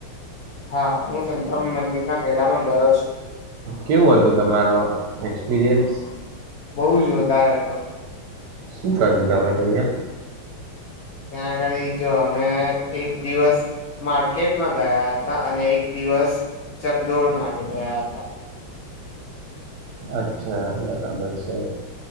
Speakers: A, on the left; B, on the right.
A: હા હું સંતરામ મંદિર ના મેળામાં ગયો છું
B: કેવું હતું તમારો એક્સપિરિયન્સ
A: બઉુ જો વધધાર હતો
B: શું કર્યું તમા અહયા
A: ત્યાંગ જો અમે એક દિવસ માર્કેટમાં ગયા હતા અને એક દિવસ ચગદોડ માટે ગયા હતા
B: અચ્છા બરાબર છે